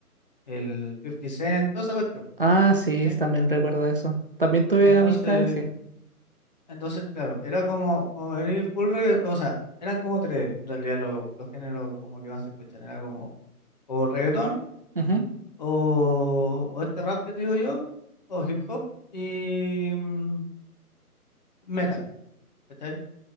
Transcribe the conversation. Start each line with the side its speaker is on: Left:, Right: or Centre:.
Left: el 50 Cent, toda esa cuestión,
Right: Ah, sí,
Left: ¿cachai?
Right: también recuerdo eso. También tuve
Left: Entonces,
Right: amistades así.
Left: entonces, claro, era como, o era full regga- o sea, eran como tres, en realidad, los, los géneros como que más se escuchan, era como, o reggaetón,
Right: Ujú,
Left: o, o este rap que te digo yo, o hip hop, y mm, metal, ¿cachai?